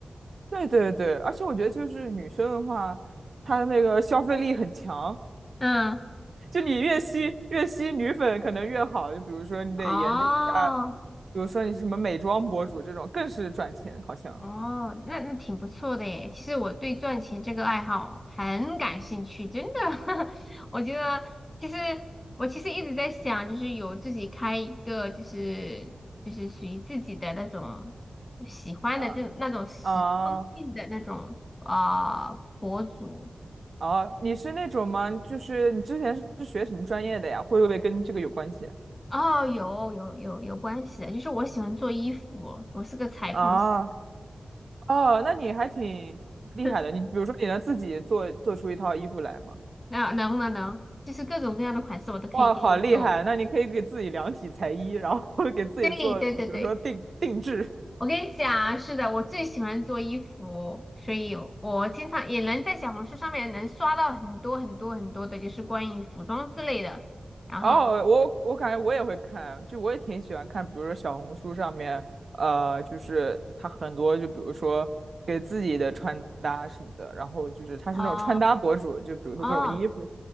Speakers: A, on the right; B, on the left.
A: 对对对，而且我觉得就是女生的话，她那个消费力很强，
B: 嗯，
A: 就你越吸越吸女粉可能越好。就比如说你得研究一下，
B: <laughs> 哦，
A: 比如说你什么美妆博主这种，更是赚钱，好像
B: 哦，那那挺不错的耶。其实我对赚钱这个爱好很感兴趣，真的。<laughs> 我觉得其实我其实一直在想，就是有自己开一个，就是就是属于自己的那种喜欢的这那种时装性的那种啊、
A: <laughs> 啊啊。
B: 呃博主。
A: 哦，你是那种吗？就是你之前是学什么专业的呀？会不会跟这个有关系？
B: 哦，有有有有关系的，就是我喜欢做衣服，我是个裁缝师。
A: 啊，哦，那你还挺厉害的。
B: <laughs>
A: 你比如说，你能自己做做出一套衣服来吗？
B: 那能能能，就是各种各样的款式我都可以给你做。
A: 哇，好厉害！那你可以给自己量体裁衣，然后 <laughs> 给自己做，
B: 对对对对。
A: 比如说定定制。
B: 我跟你讲啊，是的，我最喜欢做衣服，所以我经常也能在小红书上面能刷到很多很多很多的，就是关于服装之类的。然后，
A: 哦，我我感觉我也会看，就我也挺喜欢看，比如说小红书上面，呃，就是他很多，就比如说给自己的穿搭什么的，然后就是他是那种穿搭博主，
B: 哦
A: 就比如说各种衣服，
B: 哦，